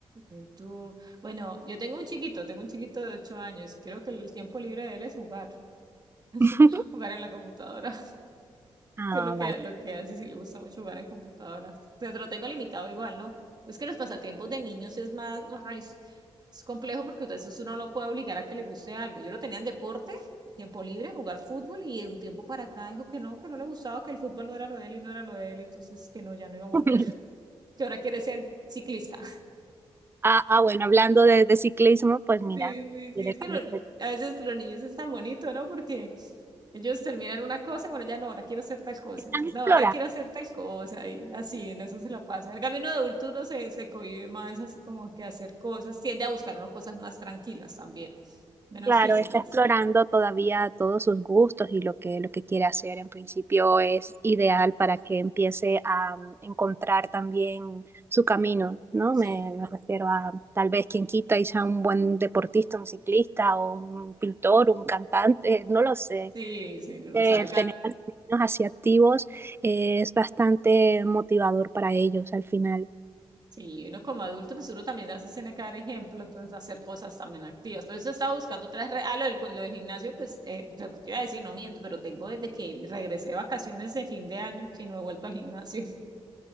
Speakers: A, on the right (about 40°); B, on the right (about 20°).
A: en tú. Bueno, yo tengo un chiquito, tengo un chiquito de ocho años y creo que el tiempo libre de él es jugar,
B: <laughs>
A: <laughs> jugar en la computadora.
B: ah,
A: que es lo que,
B: vale.
A: lo que hace si le gusta mucho jugar en computadora. O sea, se lo tengo limitado igual, ¿no? Es que los pasatiempos de niños es más, ay, es, es complejo porque a veces uno lo puede obligar a que le guste algo. Yo lo tenía en deporte, tiempo libre, jugar fútbol y de un tiempo para acá dijo que no, que no le gustaba, que el fútbol no era lo de él y no era lo de él, entonces que no, ya no iba a volver,
B: <laughs>
A: <laughs> que ahora quiere ser ciclista.
B: ah, ah, bueno, hablando de, de ciclismo, pues mira,
A: Sí, sí, sí,
B: directamente
A: es que lo- a veces los niños es tan bonito, ¿no? Porque ellos terminan una cosa, bueno, ya no, ahora quiero hacer tal cosa,
B: están
A: entonces
B: explorando.
A: no, ahora quiero hacer tal cosa y así, en eso se la pasa. En cambio, uno de adulto uno se, se cohíbe más así como que hacer cosas, tiende a buscar unas cosas más tranquilas también, menos
B: Claro,
A: físicas.
B: está explorando todavía todos sus gustos y lo que, lo que quiere hacer. En principio es ideal para que empiece a mm, encontrar también su camino, ¿no?
A: Sí,
B: Me, me refiero a tal vez quien quita y sea un buen deportista, un ciclista o un pintor, un cantante, no lo sé.
A: sí, sí, no lo
B: Eh,
A: sabe.
B: tener a los niños así activos es bastante motivador para ellos al final.
A: Sí, uno como adulto, pues uno también a veces tiene que dar ejemplo, entonces hacer cosas también activas. Por eso estaba buscando otras redes. Ah, lo del, cu- lo del gimnasio, pues eh, lo que te iba a decir, no miento, pero tengo desde que regresé de vacaciones de fin de año que no he vuelto al gimnasio. <laughs>